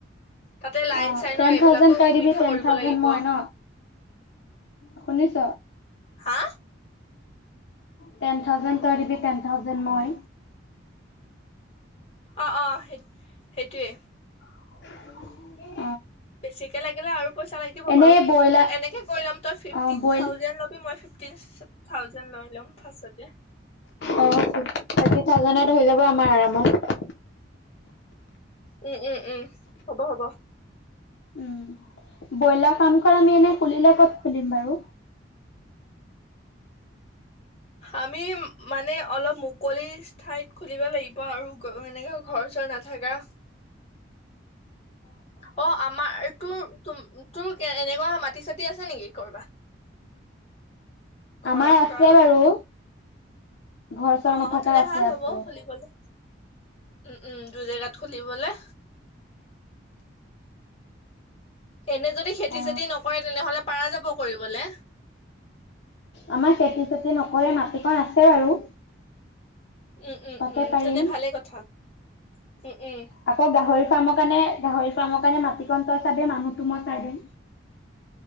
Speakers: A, on the left; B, on the left.
A: তাতে লাইন
B: অ
A: চাইনৰ
B: টেন
A: এইবিলাকো
B: থাউজেড তই
A: সুবিধা
B: দিবি টেন
A: কৰিব
B: থাউজেড
A: লাগিব
B: মই ন শুনিছ?
A: হা?
B: টেন থাউজেণ্ড তই দিবি টেন থাউজেণ্ড মই
A: অ' অ' স সেইটোৱে।
B: <unintelligible>
A: বেছিকে লাগিলে আৰু পইচা লাগিব
B: এনেই
A: বাৰু।
B: ব্ৰইলাৰ
A: এনেকে কৰি লম তই ফিফতিন
B: অ বইল
A: থাউজেন লবি মই <inaudible> থাউজেণ্ড লৈ লম ফাৰছতে।
B: অ <unintelligible> হৈ যাব আমাৰ আৰামত।
A: উম উম উম হ'ব হ'ব।
B: উম ব্ৰইলাৰ ফামখন আমি এনে খুলিলে ক'ত খুলিম বাৰু?
A: আমি মানে অলপ মুকলি ঠাইত খুলিব লাগিব আৰু এনেকে ঘৰ চৰ নাথাকা। অ' আমাৰটো তম তোৰ এনেকুৱা মাটি চতি আছে নেকি কৰবাত ঘৰ
B: আমাৰ আছে
A: কাৰোবাৰ
B: বাৰু। ঘৰ চৰ
A: অ
B: নথকা
A: তেনে
B: আছে
A: ভাল
B: আছে।
A: হ'ব খুলিবলে উম উম দুই জেগাত খুলিবলৈ। এনে যদি খেতি
B: অ
A: চেতি নকৰে তেনেহলে পাৰা যাব কৰিবলে।
B: আমাৰ খেতি চেতি নকৰে মাটিকণ আছে বাৰু।
A: উম উম
B: তাতে
A: উম
B: পাৰিম।
A: তেনে ভালে কথা উম উম।
B: আকৌ গাহৰি ফাৰ্মৰ কাৰণে গাহৰি ফাৰ্মৰ কাৰণে মাটিকণ তই চাবি মানুহটো মই চাই দিম।